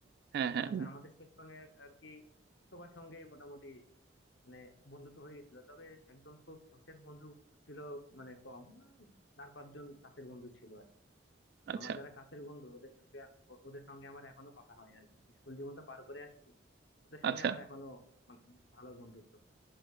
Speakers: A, on the right; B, on the left.
A: হ্যাঁ
B: তো দেখা
A: হ্যাঁ
B: যাচ্ছে আমাদের সেকশনের আর কি সবার সঙ্গেই মোটামুটি মানে বন্ধুত্ব হয়ে গেছিল তবে একদম খুব কাছের বন্ধু ছিল মানে কম আহ, চার পাঁচজন কাছের বন্ধু ছিল আর কি।
A: আচ্ছা
B: আমার যারা কাছের বন্ধু ওদের সঙ্গে ও- ওদের সঙ্গে আমার এখনো কথা হয় আর কি স্কুল জীবন তো পার করে আসি ওদের সঙ্গে
A: আচ্ছা
B: আমার এখনো অনেক বেশ ভালো বন্ধুত্ব